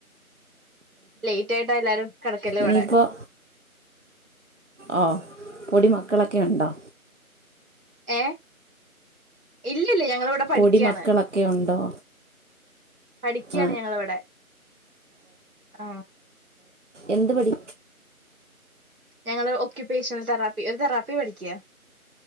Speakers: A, on the right; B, on the right.
A: ലേയ്റ്റായിട്ടാ എല്ലാരും കടക്കല് ഇവടെ
B: ഇനിയിപ്പോൾ ഓ പൊടിമക്കളൊക്കെയൊണ്ടോ
A: ഏ ഇല്ലല്ല ഞങ്ങള് ഇവടെ പഠിക്കയാണ്
B: പൊടി മക്കളൊക്കെ ഉണ്ടോ
A: പഠിക്യാണ്
B: ആ
A: ഞങ്ങള് വെടെ ആ
B: എന്ത് പടി
A: ഞങ്ങള് ഓക്യുപേഷണൽ തെറാപ്പി ഒരു തെറാപ്പി പഠിക്യാ